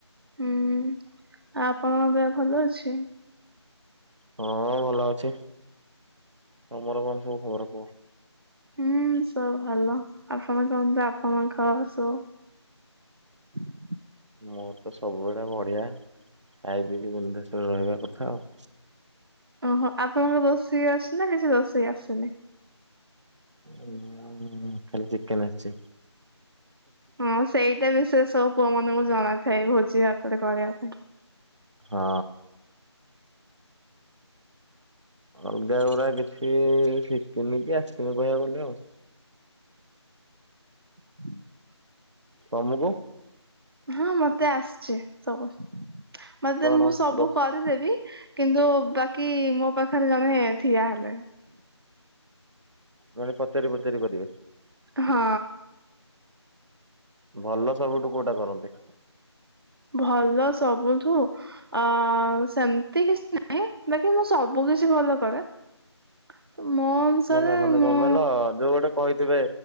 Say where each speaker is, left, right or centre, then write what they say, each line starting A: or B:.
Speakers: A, on the right; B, on the right.
A: ହୁଁ ଆ ଆପଣଙ୍କ ଦେହ ଭଲ ଅଛି।
B: ହଁ ଭଲ ଅଛି ତମର କଣ ସବୁ ଖବର କୁହ।
A: ହୁଁ ସବୁ ଭଲ ଆପଣ କୁହନ୍ତୁ ଆପଣଙ୍କ ଖବର ସବୁ। <unintelligible>
B: ମୋର ତ ସବୁବେଳେ ବଢିଆ ଖାଇ ପିଇକି ବିନ୍ଦାସ ରେ ରହିବା କଥା ଆଉ।
A: ଓହୋ ଆପଣଙ୍କୁ ରୋଷେଇ ଆସେ ନା କିଛି ରୋଷେଇ ଆସେନି।
B: ଉଁ ଖାଲି ଚିକେନ ଆସିଛି।
A: ହଁ ସେଇଟା ବିସେସ ସବୁ ପୁଅ ମାନଙ୍କୁ ଜଣା ଥାଏ ଭୋଜି ଭାତରେ କରିବା ପାଇଁ।
B: ହଁ। ଅଲଗା ଗୁଡା କିଛି ଶିଖିନି କି ଆସିବି କହିବାକୁ ଗଲେ ଆଉ।
A: <unintelligible>
B: ତମୁକୁ।
A: ହଁ ମତେ ଆସିଚି ସବୁ ମତେ
B: କଣ
A: ମୁଁ ସବୁ
B: ଗ
A: କରିଦେବି। କିନ୍ତୁ ବାକି ମୋ ପାଖରେ ଜଣେ ଠିଆ ହେଲେ।
B: ମାନେ ପଚାରି ପଚାରି କରିବେ।
A: ହଁ।
B: ଭଲ ସବୁଠୁ କୋଉଟା କରନ୍ତି।
A: ଭଲ ସବୁଠୁ ଅ ସେମିତି କିଛି ନହିଁ ବାକି ମୁଁ ସବୁ। ସବୁ କିଛି ଭଲ କରେ। ତ ମୋ ଅନୁସାରେ
B: ନ ନା ମାନେ
A: ମୁଁ
B: କଣ କହିଲ ଯୋଉ ଗୋଟେ କହିଥିବେ